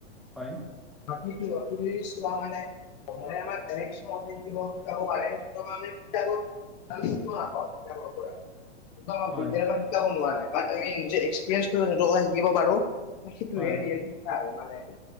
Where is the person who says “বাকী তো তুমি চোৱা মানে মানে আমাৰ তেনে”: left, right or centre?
Left